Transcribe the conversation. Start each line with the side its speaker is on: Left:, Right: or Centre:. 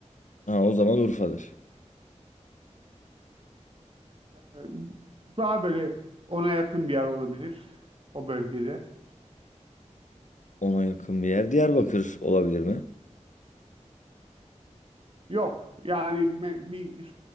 Left: Ha o zaman Urfa'dır.
Right: E, Daha böyle ona yakın bir yer olabilir o bölgede.
Left: Ona yakın bir yer Diyarbakır olabilir mi?
Right: Yok, yani me- bir